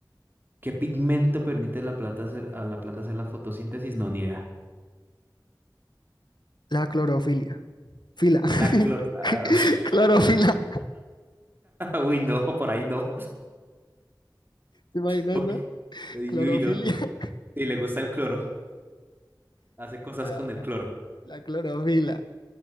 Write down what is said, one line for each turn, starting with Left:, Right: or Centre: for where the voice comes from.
Right: ¿Qué pigmento permite la plata hacer- a la planta hacer la fotosíntesis? No, ni idea.
Left: La clorofilia. Fila. <laughs>
Right: La clor la-
Left: Clorofila.
Right: <laughs> Uy, no, por ahí no.
Left: ¿Te imaginas,
Right: Ok.
Left: no?
Right: uy,
Left: Clorofilia.
Right: no.
Left: <laughs>
Right: Sí, le gusta el cloro. Hace cosas
Left: Ah,
Right: con el cloro.
Left: La clorofila.